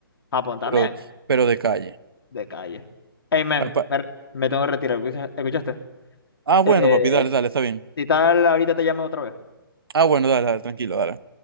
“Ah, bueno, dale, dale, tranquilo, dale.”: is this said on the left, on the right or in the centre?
Right